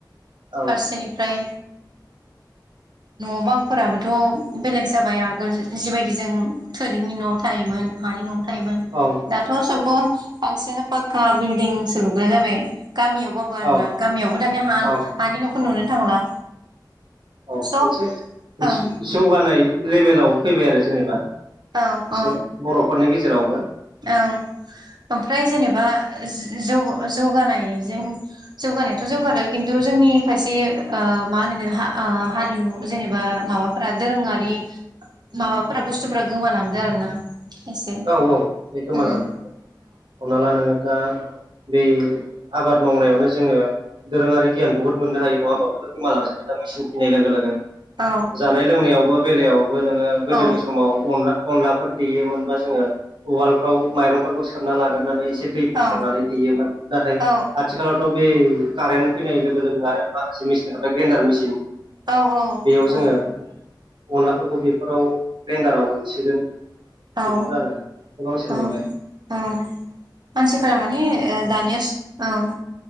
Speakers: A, on the right; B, on the right.
A: औ
B: फारसेनिफ्राय न' बांफोराबोथ' बेलेग जाबाय आगोल जिबायदि जों थोरिनि न'आव थायोमोन। हानि न'आव थायोमोन
A: औ
B: दाथ' सबबो बांसिन पाक्का बिल्डिंसो लुग्रा जाबाय। गामियावबाबो आरो
A: औ
B: ना गामियावबो दानिया हा
A: औ
B: हानि न'खौ नुनोनो थांला।
A: औ
B: सब
A: मोनसे
B: ओं
A: जौगानाय लेबेलाव फैबाय आरो जेनेबा।
B: औ औ
A: एसे बर'फोरनि गेजेरावबो।
B: औ ओमफ्राय जेनेबा जौ-जौगानायजों जौगानायाथ' जौगादों किनतु जोंनि खायसे ओ मा होनगोन हा ओ हारिमु जेनेबा माबाफोरा दोरोङारि माबाफोरा बुस्तुफोरा गोमालांदो आरो ना। खायसे
A: औ औ बे गोमालांदों
B: औ
A: हमना ला नोङो दा बे आबाद मावनायावनो जोङो दोरोङारि गियान बुहुद मोननो हायो नङा होमबा बेफोर गोमालांजोबबाय दा मिसिन फैनाय लोगो लोगो
B: औ
A: जानाय लोंनायावबो बेलायाव नोङो गोदोनि
B: औ
A: समाव अनला अनलाफोर देयोमोनबा जोङो उवालफ्राव माइरंफोरखौ सोमना लाग्रोनानै दै फसरनानै
B: औ
A: देयोमोन नाथाय
B: औ
A: आथिखालावथ' बे कारेन्ट फैनाय लोगो लोगो आरो माखासे मेसिन ओंखारबाय ग्रेन्डार मेसिन
B: औ औ
A: बेयाव जोङो
B: औ
A: अनलाफोरखौ बेफोराव ग्रेन्दाराव उनसिगोन
B: औ
A: बेफोर आरो गोबां सोलायबाय
B: औ औ मानसिफोरा माने ओ दानिया स औ